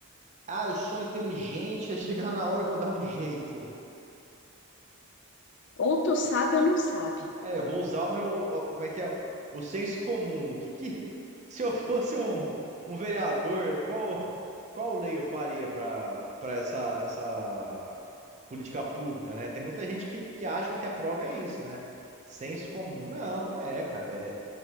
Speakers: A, on the right (about 35°); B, on the left (about 55°).
A: ah, eu sou inteligente, aí chegar na hora eu vou dar um jeito.
B: Ou tu sabe ou não sabe.
A: É, eu vou usar o meu, o- o- como é que é? O senso comum. O que que, <laughs> se eu fosse um, um vereador, qual, qual lei eu faria para para essa, essa política pública, né? Tem muita gente que, que acha que a prova é isso, né? Senso comum. Não, não é, cara. É,